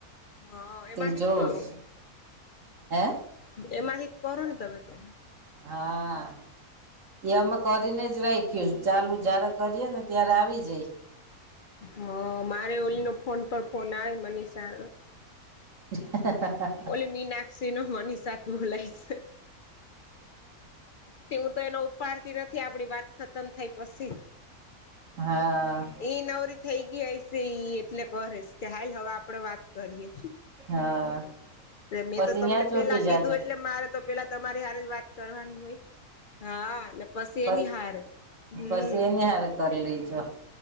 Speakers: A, on the left; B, on the right.
A: હા
B: તે
A: એમાંથી
B: જોઉંશ
A: જ કરો
B: હે.
A: એમાંથી કરોને તમે તો?
B: હા. એમાં કરીને જ રાખ્યું ચાલુ જ્યારે કરીએે ને ત્યારે આવી જાય.
A: હ મારે ઓલીનો ફોન પર ફોન આવે મનીષાનો
B: <inaudible>
A: ઓલી મીનાક્ષી ન મનીષા દૂર લઈ જ તે હું તો એનો ઉપાડતી નથી, આપડી વાત ખતમ થાઈ પછી
B: હા
A: ઈ નવરી થઈ ગઈ હશે ઈ એટલે કરે છે કે, હાલ હવે આપડે વાત કરીએ.
B: હા
A: મેં
B: પછી
A: તો તમને
B: ત્યાં ચોટી
A: પેલા
B: જાજો
A: કીધું એટલે મારે તો પેલા તમારે હારે જ વાત કરવાની હોય. હા.. ને પછી
B: પછ
A: એની હાર, હમ
B: પછી એને હારે કરી લેજો.